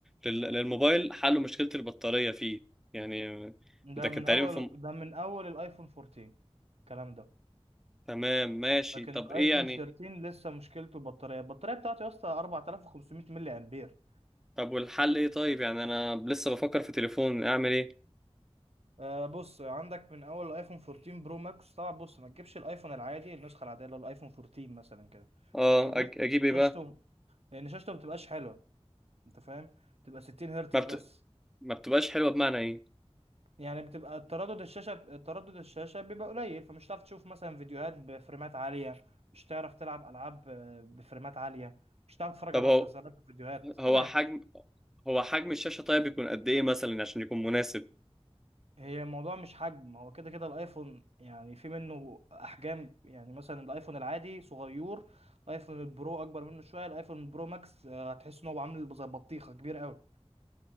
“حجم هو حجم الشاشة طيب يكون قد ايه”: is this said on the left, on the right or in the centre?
Centre